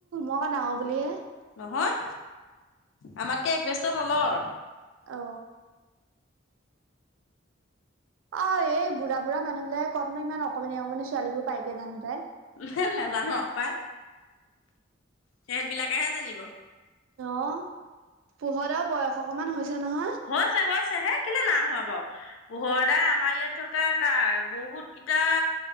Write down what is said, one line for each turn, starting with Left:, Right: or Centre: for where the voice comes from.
Right: মই ডাঙৰ বুলিহে
Left: নহয় আমাতকে একবেস্ত তলৰ
Right: অ অ এই বুঢ়া বুঢ় মানুহবিলাকেনো ইমান অকমানি অকমান ছোৱালী বোৰ পাইকে জানো পাই
Left: হ নাজানো পাই সেহত বিলাকেহে জানিব
Right: অ পোহতও বয়স অকমান হৈছে নহয়
Left: হৈছে হৈছে হে কেলৈ না হোৱা বাৰু পোহৰ দা আমাৰ ইয়াত থকা কাৰ বহুত ইতা